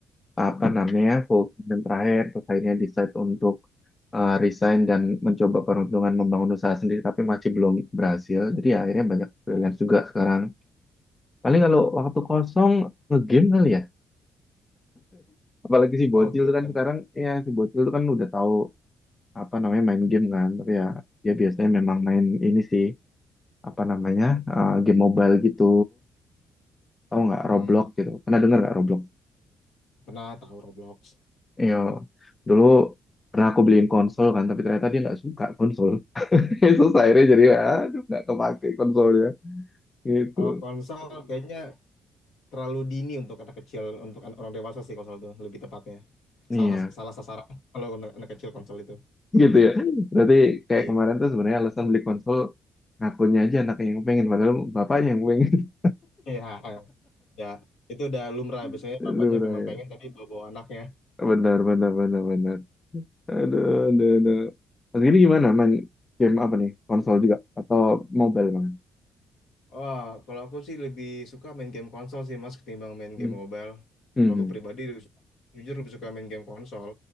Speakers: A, on the left; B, on the left.
A: apa namanya full dan terakhir, terus akhirnya decide untuk eh, resign dan mencoba peruntungan membangun usaha sendiri, tapi masih belum berhasil. Jadi ya akhirnya banyak freelance juga sekarang. Paling kalau waktu kosong ngegame kali ya. Apalagi si bocil
B: Oh, game.
A: tuh kan sekarang ya si bocil tuh kan udah tahu apa namanya main game kan. Tapi ya dia biasanya memang main ini sih apa namanya eh, game mobile gitu. Tahu nggak
B: Hmm,
A: Roblox gitu. Pernah dengar nggak Roblox?
B: pernah tahu Roblox.
A: Iya. Dulu pernah aku beliin konsol kan, tapi ternyata dia nggak suka konsol. <laughs> Susah akhirnya jadi aduh nggak kepake konsolnya gitu.
B: Kalau konsol kayaknya terlalu dini untuk anak kecil, untuk an- orang dewasa sih konsol itu lebih tepatnya.
A: Iya.
B: Salah salah sasaran kalau anak, anak kecil konsol itu.
A: gitu ya. Berarti kayak
B: Iya.
A: kemarin
B: <laughs>
A: tuh sebenarnya alasan beli konsol ngakunya aja anaknya yang pengen padahal bapaknya yang pengen.
B: Iya, ya. Itu udah lumrah biasanya
A: <laughs>
B: bapaknya
A: Lu
B: memang
A: ya.
B: pengen tapi bawa-bawa anaknya.
A: Benar benar benar benar. Aduh aduh aduh. Mas ini gimana main game apa nih? Konsol juga atau mobile banget?
B: Oh, kalau aku sih lebih suka main game konsol sih Mas ketimbang main
A: Hmm.
B: game mobile.
A: Hmm.
B: Kalau
A: Hmm,
B: aku pribadi lebih suka- jujur lebih suka main game konsol.